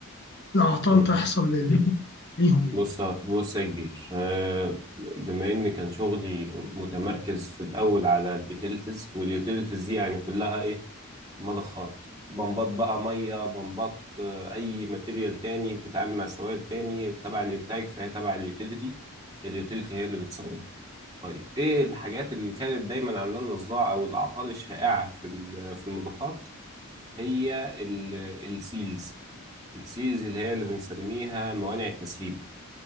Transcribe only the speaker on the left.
الأعطال
تحصل لل- ليهم يعني